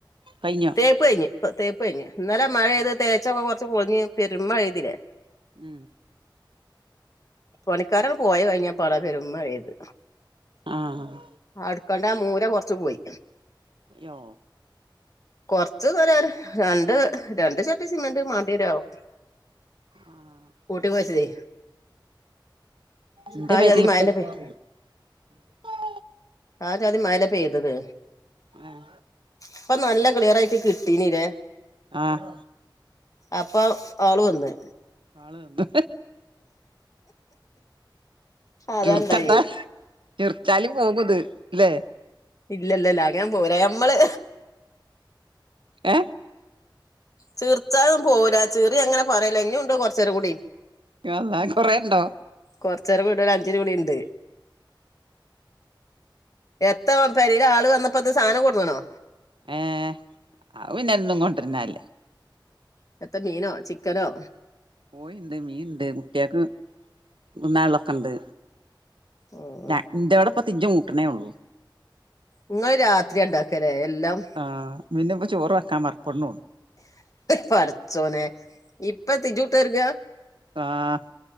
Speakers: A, on the right; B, on the left.
A: കഴിഞ്ഞോ
B: തേപ്പ്ഴിഞ്ഞ് തേപ്പ് കഴഞ്ഞ് ഇന്നലെ മഴെയ്ത്
A: ആഹ്
B: തേച്ചൊക്കെ കൊറച്ച് പൊളിഞ് പെരു മഴ്തില്ലേ
A: ഉം
B: പണിക്കാരൊക്കെ പോയ കഴിഞ്ഞപാടെ പെരുമ്മഴയിത്
A: ആഹ്
B: അടുക്കളന്റെ ആ മൂല കൊറച്ച് പോയി
A: യ്യോ
B: കൊറച്ച് സലാ രണ്ട് രണ്ട് ചാക്ക് സിമെന്റ് മാണ്ടിയരാവോ
A: ആഹ്
B: കൂട്ടികൊഴച്ചതെ
A: ഇന്റെ
B: ആ
A: പെരിൽ
B: ജാതി മഴന്നെ
A: ഇപ്പൊ എത്തു
B: പെയ്
A: <inaudible>
B: ആജാതി മഴല്ലേ പെയ്തത്
A: ആഹ്
B: ഇപ്പൊ നല്ല ക്ലിയർ ആയിട്ട് കിട്ടീനിലേ
A: ആഹ്
B: അപ്പൊ ആള് വന്ന്
A: ആള് വന്ന്
B: അതാണ്ടായേ
A: ചിറ്ച്ചെണ്ട ചിറ്ച്ചാല് പോവുത് ലെ
B: ഇല്ലല്ലല്ല അങ്ങനെ പോവൂല നമ്മള്
A: ഏ
B: ചിറിച്ചലും പോവില ചിറിയങ്ങനെ പറയല ഇനി ഉണ്ട് കുറച്ചേരം കൂടി
A: യാ അള്ളാഹ് കൊറേ ഒണ്ടോ
B: കൊറച്ച നേരം വീട്ട ഒരു അഞ്ച് രൂപയിവിടെയുണ്ട് എത്തോ പെരീൽ ആള് വന്നപ്പോത് സാധനം കൊടുന്നോണോ
A: ഏഹ് അവ് പിന്നെന്നും കൊണ്ടിരുന്നല്ലേ
B: ഇന്നത്തെ മീനോ ചിക്കനോ
A: കോഴി ഇണ്ട് മീൻ ഇണ്ട് കുട്ടിയക്ക് തിന്നാലൊക്കെ ഉണ്ട്
B: ഉം
A: ഇതാ എന്തവിടെ ഇപ്പ തിഞ്ച ഊട്ടണേ ഉള്ളൂ
B: നിങ്ങള് രാത്രി ഇണ്ടാക്കല് എല്ലാം
A: ആഹ് പിന്നെപ്പ ചോറ് വെക്കാൻ <unintelligible>
B: പടച്ചോനെ ഇപ്പ തിജൂട്ടരുക
A: ആഹ്